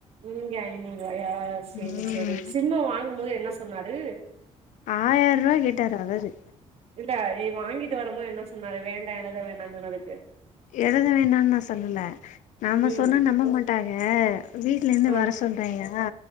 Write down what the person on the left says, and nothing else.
ம்
ஆயிர ரூவா கேட்டாரு அவரு
எழுத வேண்டானு நா சொல்லல நாம்ம
சொன்னா நம்ப மாட் ட்டாக வீட்ல இருந்து
வர சொல்றாயா